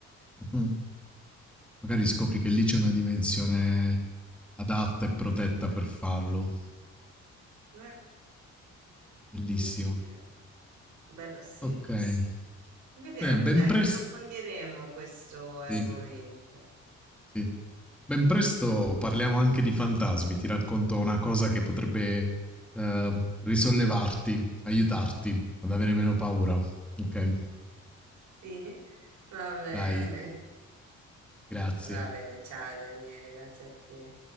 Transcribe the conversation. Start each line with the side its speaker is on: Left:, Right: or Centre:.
Centre: Mh-mh. Magari scopri che lì c'è una dimensione adatta e protetta per farlo.
Right: Eh,
Centre: Bellissimo.
Right: incredibile. Bello sì.
Centre: Okay.
Right: Vediamo,
Centre: Beh, ben
Right: dai,
Centre: pres
Right: approfondiremo questo argomento.
Centre: sì, sì. Ben presto parliamo anche di fantasmi. Ti racconto una cosa che potrebbe, ehm, risollevarti, aiutarti ad avere meno paura. Okay?
Right: Sì, va bene.
Centre: Dai, grazie.
Right: Va bene, ciao Daniele, grazie a te.